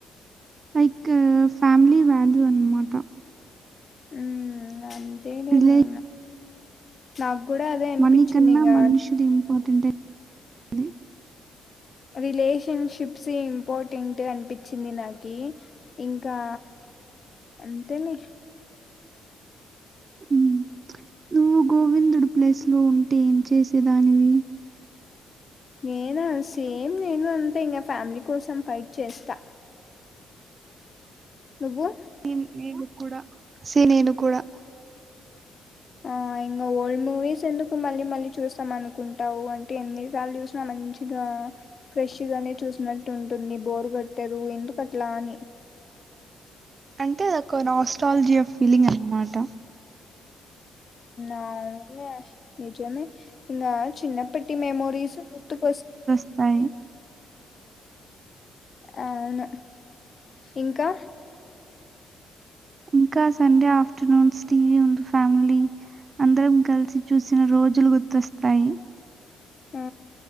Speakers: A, on the right (about 40°); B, on the left (about 40°).
A: లైక్ ఫ్యామిలీ వాల్యూ అనమాట
B: ఉ అంతేనే
A: రిలే
B: నేను నాకు కూడా అదే అనిపించింది
A: మనీ కన్నా
B: ఇంకా
A: మనుషులు ఇంపార్టెంట్ అనేది.
B: రిలేషన్షిప్స్ ఇంపార్టెంట్ అనిపించింది నాకి ఇంకా అంతేలే
A: ఉమ్ నువ్వు గోవిందుడు ప్లేస్ లో ఉంటే ఏం చేసేదానివి
B: నేనా సేమ్ నేను అంతే ఇంకా ఫ్యామిలీ కోసం ఫైట్ చేస్తా నువ్వు
A: సేమ్ నేను కూడా సేమ్ నేను కూడా
B: ఆ ఇంకా ఓల్డ్ మూవీస్ ఎందుకు మళ్ళీ మళ్ళీ చూస్తాం అనుకుంటావు అంటే ఎన్ని సార్లు చూసినా మంచి గా ఫ్రెష్ గానే చూసినట్టు ఉంటుంది బోరు కట్టారు ఎందుకు అట్లా అని
A: అంటే అదొక్క నా ఆస్ట్రాలజీ ఆఫ్ ఫీలింగ్ అనమాట
B: ఆ అవునులే నిజమే నా చిన్నప్పటి మెమోరీస్ గుర్తుకొస్తా
A: నై
B: అవును ఇంకా
A: ఇంకా సండే ఆఫ్టర్నూన్స్ టీవీ ఉంది ఫ్యామిలీ అందరం కలిసి చూసిన రోజులు గుర్తొస్తాయి
B: ఆ